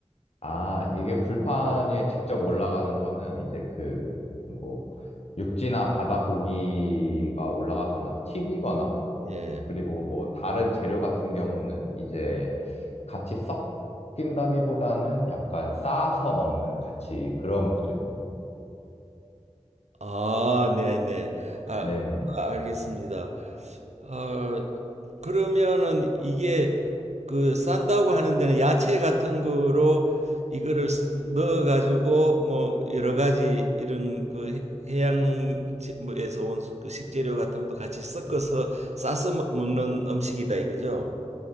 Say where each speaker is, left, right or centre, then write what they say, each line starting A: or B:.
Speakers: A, on the left; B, on the right.
A: 아, 이게 불판 위에 직접 올라가는 거는 이제 그, 뭐, 육지나 바다 고기가 올라가거나 튀기거나
B: 예.
A: 그리고 뭐 다른 재료 같은 경우는 이제 같이 섞인다기보다는 약간 싸서 먹는 같이 그런 구조입니다.
B: 아, 네네. 아,
A: 네네.
B: 아, 알겠습니다. 어, 그러면은 이게 그 싼다고 하는 데는 야채 같은 거로 이거를 쓰- 넣어가지고 뭐 여러 가지 이런 그 해- 양에서 온그 식재료 같은 것도 같이 섞어서 싸서 먹- 먹는 음식이다 이거죠?